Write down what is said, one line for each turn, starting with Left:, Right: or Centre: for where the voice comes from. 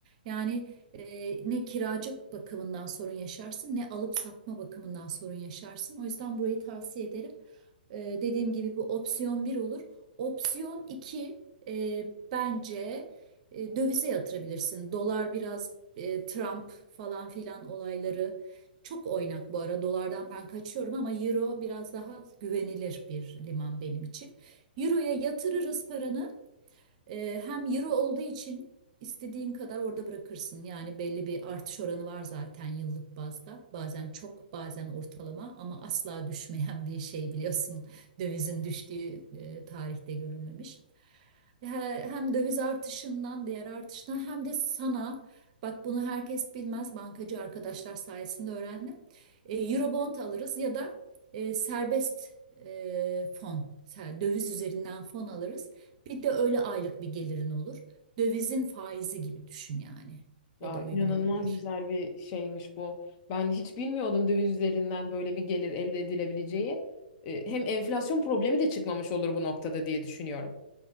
Right: Yani eee, ne kiracı bakımından sorun yaşarsın ne alıp satma bakımından sorun yaşarsın. O yüzden burayı tavsiye ederim. Eee, dediğim gibi bu opsiyon bir olur. Opsiyon iki eee, bence e, dövize yatırabilirsin. Dolar biraz e, Trump falan filan olayları çok oynak bu ara. Dolardan ben kaçıyorum ama euro biraz daha güvenilir bir liman benim için. Euro'ya yatırırız paranı. Ee, hem euro olduğu için istediğin kadar orada bırakırsın. Yani belli bir artış oranı var zaten yıllık bazda. Bazen çok, bazen ortalama ama asla düşmeyen bir şey biliyorsun. <laughs> Dövizin düştüğü e, tarihte görülmemiş. He- Hem döviz artışından, diğer artıştan hem de sana Bak bunu herkes bilmez. Bankacı arkadaşlar sayesinde öğrendim. E, Eurobond alırız ya da e, serbest e, fon, se- döviz üzerinden fon alırız. Bir de öyle aylık bir gelirin olur. Dövizin faizi gibi düşün yani.
Left: Ya
Right: O da uygun
Left: inanılmaz
Right: olabilir.
Left: güzel bir şeymiş bu. Ben hiç bilmiyordum döviz üzerinden böyle bir gelir elde edilebileceği. Ee, Hem enflasyon problemi de çıkmamış olur bu noktada diye düşünüyorum.